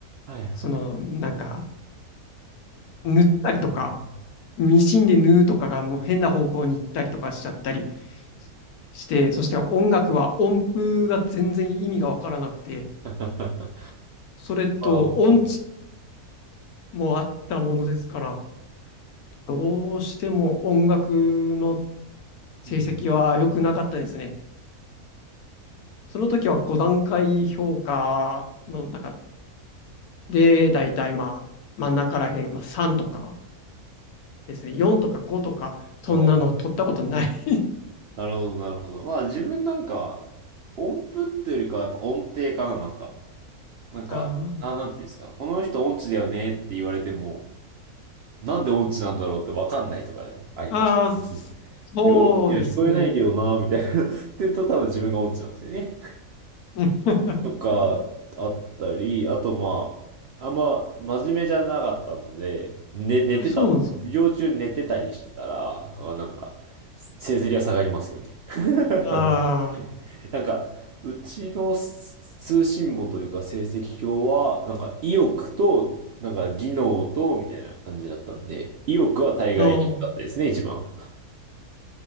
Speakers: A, on the right; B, on the left.
A: はいは
B: その、なんか、塗ったりとか、
A: い。
B: ミシンで縫うとかがもう変な方向に行ったりとかしちゃったりして、そして音楽は音符が全然意味がわからなくて、
A: <laughs>
B: それと音痴
A: あ、音符
B: もあったものですから、どうしても音楽の成績は良くなかったですね。
A: うん。
B: その時は5段階評価の中で、だいたいまあ真ん中らへん、まあ3とかですね、4とか5とか、そんなの取ったことない。
A: あ、
B: <laughs>
A: なるほど、なるほど。まあ自分なんか、音符っていうよりかはやっぱ音程かな、なんか。なんか、
B: あー
A: な、なんていうんですか。この人音痴だよねって言われても、なんで音痴なんだろうってわかんないとかね、ありましたうん
B: あー、そうですね。
A: で音痴には聞こえないけどな、みたいな。<laughs> って言うと多分自分が音痴なんですよね。
B: うん
A: とか、
B: <laughs>。
A: あったり、あとまあ、あんま真面目じゃなかったので、ね、寝てたとかね、
B: え、そうなんですか。
A: 授業中寝てたりしてたら、まあ、なんか、成績が下がりますよね。<laughs>
B: あ
A: 単純に。なんか、うちの通信簿というか成績表は、なんか意欲と、なんか技能と、みたいな感じだったんで、意欲は大概低かったですね、
B: あ、あ
A: 一番。